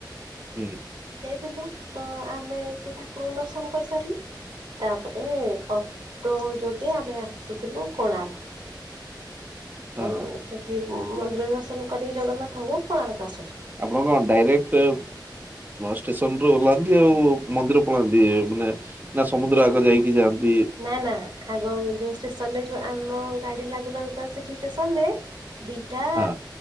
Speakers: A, on the right; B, on the right.
A: ହୁଁ।
B: ଯାଇଥିଲୁ ତ ଆମେ ସେ ଠାକୁରଙ୍କୁ ଦର୍ଶନ କରିସାରିଲୁ ତାପରେ ଅଟୋ ଯୋଗେ ଆମେ ଆସୁଥିଲୁ କୋଣାର୍କ
A: ହଁ।
B: ତ ସେଠି ମନ୍ଦିର ଦର୍ଶନ କରିକି ଜଗନ୍ନାଥଙ୍କୁ କୋଣାର୍କ ଆସୁଥିଲୁ।
A: ଆପଣ କଣ ଡାଇରେକ୍ଟ ଷ୍ଟେସନରୁୁ ଓହ୍ଲାନ୍ତି ଆଉ ମନ୍ଦିର ପଳାନ୍ତି ମାନେ ନା ସମୁଦ୍ର ଆଗ ଦେଇକି ଯାଆନ୍ତି।
B: ନା ନା ଆଗରୁ ଯୋଉ ଷ୍ଟେସନ ରେ ଯୋଉ ଆମ ଗାଡି ଲାଗୁ ଲାଗୁ ତ ସେଠି ଷ୍ଟେସନ ରେ ଦିଟା
A: ହଁ।